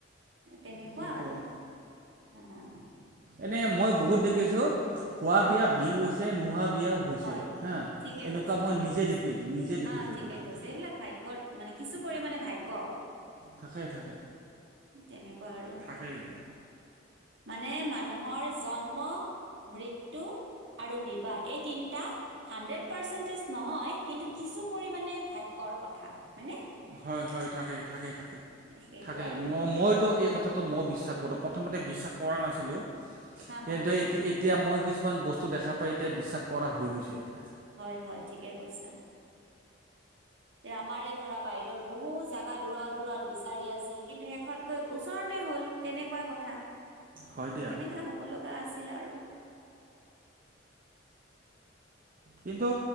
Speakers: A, on the right; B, on the right.
A: তেনেকুৱা
B: কি
A: আৰু
B: কওঁ
A: উম।
B: এনে মই বহুত দেখিছো খোৱা
A: হা
B: বিয়া ভাঙি গৈছে নোহোৱা বিয়াও হৈছে
A: হয়
B: হা।
A: ঠিকে
B: এনেকুৱা
A: কৈছে
B: মই
A: ঠিকে
B: নিজে
A: কৈছে
B: দেখি আছোঁ নিজে দেখিছোঁ।
A: হা ঠিকে
B: এইবিলাক
A: কৈছে
B: বস্তু
A: এইবিলাক ভাগ্যত মানে কিছু পৰিমানে ভাগ্য।
B: থাকে থাকে
A: তেনেকুৱা আৰু
B: থাকে এইবিলাক।
A: মানে মানুহৰ জন্ম মৃত্যু আৰু বিবাহ এই তিনিটা হাণ্ড্ৰেড পাৰ্চেণ্টেজ নহয় কিন্তু কিছু পৰিমণে ভাগ্যৰ কথা। হয়নে
B: হয় হয় থাকে থাকে থাকে
A: সেইটো
B: থাকে
A: আৰু
B: ম মইতো এই কথা মই বিশ্বাস কৰা প্ৰথমতে বিশ্বাস কৰা নাছিলো,
A: হা হা
B: কিন্তু
A: হা
B: এ এতিয়া মই কিছুমান বস্তু দেখা পাই এতিয়া বিশ্বাস কৰা হৈ গৈছে। এতিয়া।
A: হয় হয় ঠিকে কৈছা। তে আমাৰে ধৰা বাইদেউৰ বহুত জাগা দূৰত দূৰত বিচাৰি আছিল কিন্তু শেষত গৈ ওচৰতে হ'ল। তেনেকুৱা কথা
B: হয় দিয়া
A: তেনেকা হ'ব লগা আছিল আৰু
B: কিন্তু